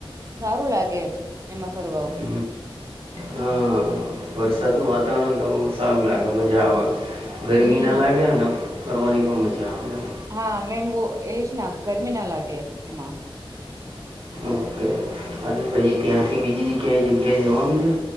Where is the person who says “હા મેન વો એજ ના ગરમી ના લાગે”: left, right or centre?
Right